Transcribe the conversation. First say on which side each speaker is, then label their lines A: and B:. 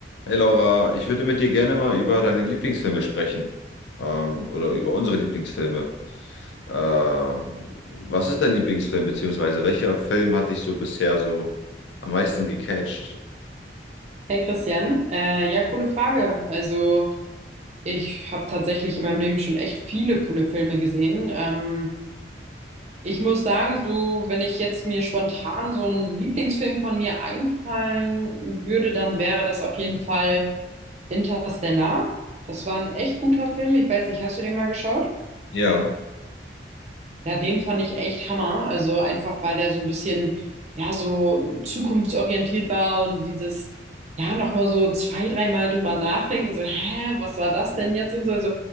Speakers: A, on the left; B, on the right.
A: Hey Laura, ich würde mit dir gerne mal über deine Lieblingsfilme sprechen. Ähm, oder über unsere Lieblingsfilme. Äh, was ist dein Lieblingsfilm, beziehungsweise welcher Film hat dich so bisher so am meisten gecatcht?
B: Hey Christian, äh, ja, coole Frage. Also ich habe tatsächlich in meinem Leben schon echt viele coole Filme gesehen. Ähm, ich muss sagen, so wenn ich jetzt mir spontan so einen Lieblingsfilm von mir einfallen würde, dann wäre das auf jeden Fall Interstellar. Das war ein echt guter Film. Ich weiß nicht, hast du den mal geschaut?
A: Ja,
B: Ja, den fand ich echt Hammer. Also einfach, weil der so ein bisschen, ja, so zukunftsorientiert war und dieses, ja, nochmal so zwei, dreimal drüber nachdenken, so, hä, was war das denn jetzt und so. Also